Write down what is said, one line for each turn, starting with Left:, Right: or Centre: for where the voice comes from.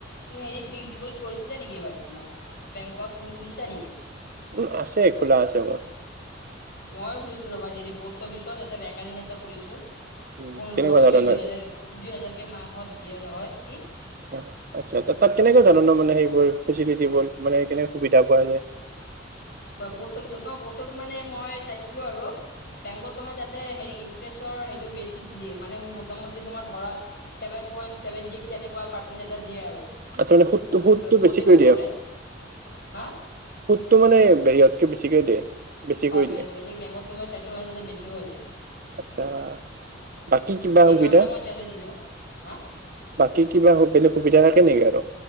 Left: তুমি হেৰি ফিক্স ডিপ'জিট কৰিছিলা নেকি বাৰু তুমাৰ বেংকত তুমি খুলিছা নেকি?
Right: উম, আছে খোলা আছে মোৰ।
Left: মই খুলিছো ৰবাৰ হে পষ্ট অফিচত এটা ৰেকডিং এটা খুলিছোঁ
Right: উম
Left: পোন্ধৰশ
Right: কেনেকুৱা ধৰণৰ
Left: ন দুহেজাৰ দুই হাজাৰ কে মাহত দিয়া হয় কি
Right: আ-আচ্ছা তাত কেনেকুৱা ধৰণৰ মানে সেইবোৰ ফেচিলিট বোৰ মানে কেনেকে সুবিধা পোৱা যায়?
Left: পোষ্ট অফিচত ন বস্তুটো মানে মই চাইছিলো আৰু বেংকত তোমাৰ যাতে হেৰি ইণ্টাৰেষ্টৰ সেইটো বেছি দিয়ে মানে মোটামুটি তোমাৰ ধৰা, ছেভেন পইনট চছেভেন <unintelligible> ছিক্স তেনেকুৱা পাৰ্চেণ্ট এটা দিয়ে আৰু।
Right: আচ্ছা মানে সুদটো সুদটো
Left: প্ৰতি
Right: বেছিকৈ
Left: বছৰে হা?
Right: সুতটো মানে ইয়তকে বেছিকে দিয়ে। বেছিকৈ
Left: হয়
Right: দিয়ে
Left: বেলেগ বেংগত কে মই চাইছ ময়ে তাতে বেছি কৈ হৈ যায়।
Right: আচ্ছা, বাকী কিবা
Left: সেইকাৰণে
Right: সুবিধা
Left: মই যাদা দিলো, হা?
Right: বাকী কিবা বেলেগ সুবিধা থাকে নেকি আৰু?